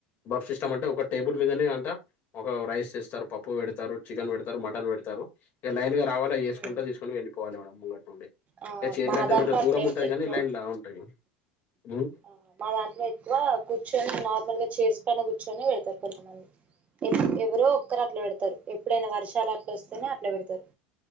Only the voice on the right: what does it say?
మ్
ఆ
మా
దాంట్లో
అట్లేం
ఎక్కువ
ఆ మా దాంట్లో ఎక్కువ కూర్చొని నార్మల్ గా చైర్స్ పైన కూర్చొని పెడతారు కొంతమంది ఎవ్ ఎవరో ఒక్కరు అట్లా పెడతారు ఎప్పుడైనా వర్షాలు అట్లా వస్తేనే అట్లా పెడతారు